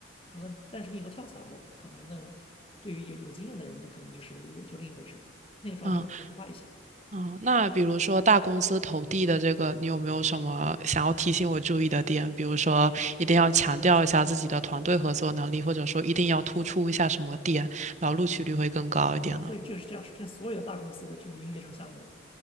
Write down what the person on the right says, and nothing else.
嗯嗯，那比如说大公司投递的这个，你有没有什么想要提醒我注意的点？比如说，一定要强调一下自己的团队合作能力，或者说一定要突出一下什么点，然后录取率会更高一点呢？